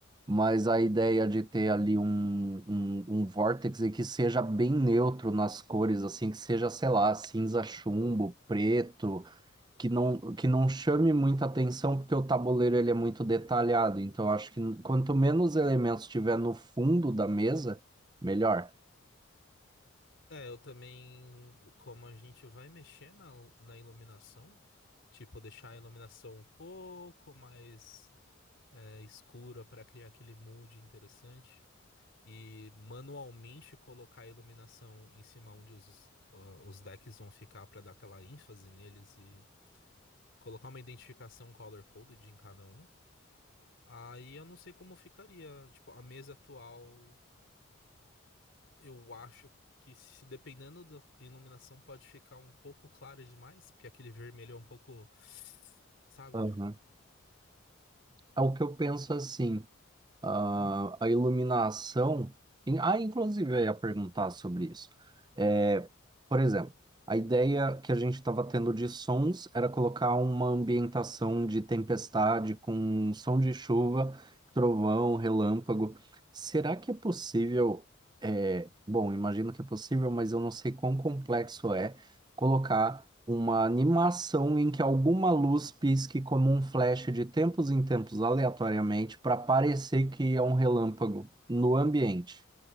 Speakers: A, on the right (about 20°); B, on the left (about 60°).
A: mas a ideia de ter ali um, um, um vórtice que seja bem neutro nas cores, assim, que seja, sei lá, cinza chumbo, preto que não, que não chame muita atenção, porque o tabuleiro ele é muito detalhado. Então, acho que quanto menos elementos tiver no fundo da mesa, melhor.
B: É, eu também, como a gente vai mexer na, na iluminação, tipo, deixar a iluminação um pouco mais é, escura para criar aquele mood interessante e manualmente colocar a iluminação em cima onde os, ah, os decks vão ficar para dar aquela ênfase neles e colocar uma identificação color-coded em cada um. Aí eu não sei como ficaria. Tipo, a mesa atual, eu acho que se dependendo da iluminação pode ficar um pouco clara demais, porque aquele vermelho é um pouco, sabe?
A: Aham. É o que eu penso assim. a, a iluminação. em- Ah, inclusive, eu ia perguntar sobre isso. É, por exemplo, a ideia que a gente estava tendo de sons era colocar uma ambientação de tempestade com som de chuva, trovão, relâmpago. Será que é possível? é, bom, imagino que é possível, mas eu não sei quão complexo é colocar uma animação em que alguma luz pisque como um flash de tempos em tempos aleatoriamente para parecer que é um relâmpago no ambiente.